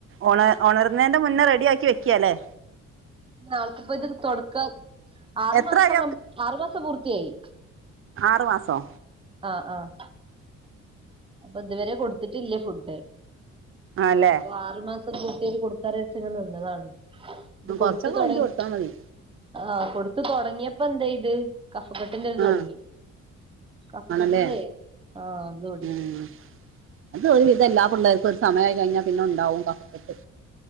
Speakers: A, on the right; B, on the right.
A: ഉണ ഉണർന്നേന്റെ മുന്നേ റെഡി ആക്കി വെക്കിയല്ലേ
B: ആൾക്കിപ്പോ ഇതൊരു തൊടക്കം ആറു
A: എത്രായി
B: മാസം ആറു മാസം പൂർത്തിയായി
A: ആറ് മാസോ
B: ആഹ് ആഹ് അപ്പൊ ഇതുവരെ കൊടുത്തിട്ടില്ലേ ഫുഡ്
A: ആല്ലേ
B: അപ്പൊ ആറു മാസം പൂർത്തിയാക്കി കൊടുക്കാറ് വെച്ചങ്ങ് നിന്നതാണ് ഇത്
A: കൊറച്ചൊക്കെ
B: കൊടുത്ത്
A: കഴിഞ്ഞിട്ട്
B: തുടങ്ങി
A: കൊടുത്താൽ മതി
B: ആ കൊടുത്ത് തൊടങ്ങിയപ്പോ എന്തെയ്ത് കഫകെട്ടിന്റെ ഇത്
A: ആ
B: തുടങ്ങി കഫകെട്ടിന്റെ
A: ആണല്ലേ
B: ആഹ് അത് തുടങ്ങി
A: ഉം അത് ഒരുവിധംഎല്ലാ പിള്ളേർക്കും ഒരു സമയമായി കഴിഞ്ഞ പിന്നെ ഉണ്ടാവും കഫക്കെട്ട്